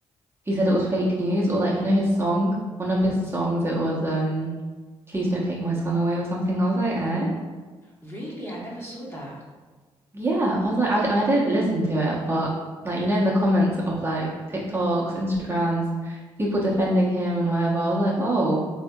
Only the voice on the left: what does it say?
Really? I never saw that.